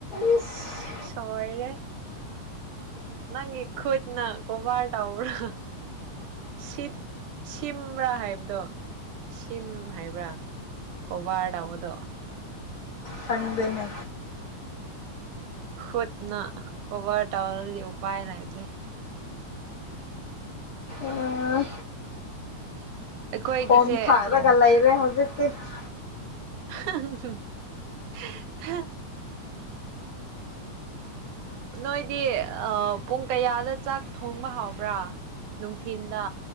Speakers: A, on the left; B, on the right.
A: ꯏꯁ
B: ꯁ‌ꯣꯏꯔ‌ꯦ ꯅꯪꯒꯤ ꯈꯨꯠꯅ ꯀꯣꯕ꯭ꯔ ꯇꯧꯕ꯭ꯔꯥ ꯁꯤꯞ ꯁꯤꯝꯕ꯭ꯔꯥ ꯍꯥꯏꯕꯗꯣ ꯁꯤꯝ ꯍꯥꯏꯕ꯭ꯔꯥ ꯀꯣꯕ꯭ꯔ ꯇꯧꯕꯗꯣ
A: ꯈꯪꯗ‌ꯦꯅꯦ
B: ꯈꯨꯠꯅ ꯀꯣꯕ꯭ꯔ ꯇꯧꯔꯗꯤ ꯑꯃꯨꯛ ꯄꯥꯏ ꯂꯥꯛꯇ‌ꯣꯏꯅ‌ꯦ
A: ꯑꯥ
B: ꯑꯩꯈꯣꯏꯒꯤꯁꯦ
A: ꯐꯣꯝ ꯊꯥꯛꯂꯒ
B: ꯑ
A: ꯂꯩꯔꯦ <inaudible>
B: <unintelligible> ꯅꯣꯏꯗꯤ ꯑꯥ ꯄꯨꯡ ꯀꯌꯥꯗ ꯆꯥꯛ ꯊꯣꯡꯕ ꯍꯥꯎꯕ꯭ꯔꯥ ꯅꯨꯡꯊꯤꯟꯗ